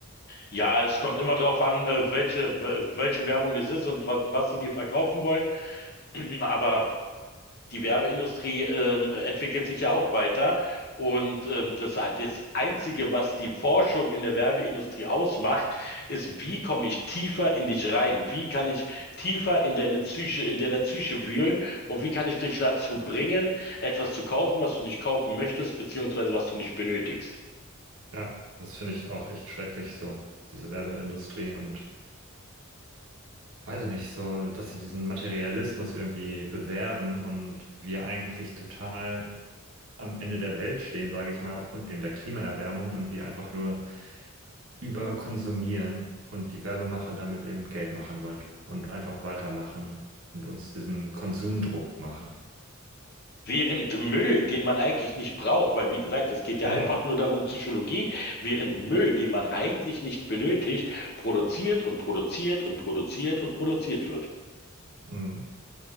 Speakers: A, on the left; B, on the right.
A: ja, es kommt immer darauf an, äh, welche, w- welche Werbung es ist und was, was sie dir verkaufen wollen. <clears throat> Aber die Werbeindustrie ähm, entwickelt sich ja auch weiter. Und ähm, das, das Einzige, was die Forschung in der Werbeindustrie ausmacht, ist, wie komme ich tiefer in dich rein? Wie kann ich tiefer in deine Psyche, in deiner Psyche wühlen? Und wie kann ich dich dazu bringen, etwas zu kaufen, was du nicht kaufen möchtest, beziehungsweise was du nicht benötigst?
B: Ja, das finde ich auch echt schrecklich, so diese Werbeindustrie und weiß ich nicht, so, dass sie diesen Materialismus irgendwie bewerben und wir eigentlich total am Ende der Welt stehen, sage ich mal, aufgrund eben der Klimaerwärmung und wir einfach nur überkonsumieren und die Werbemacher damit eben Geld machen wollen und einfach weitermachen und uns diesen Konsumdruck machen.
A: Während Müll, den man eigentlich nicht braucht, weil wie gesagt, es geht ja
B: Genau.
A: einfach nur darum, Psychologie, während Müll, den man eigentlich nicht benötigt, produziert und produziert und produziert und produziert wird.
B: Hm.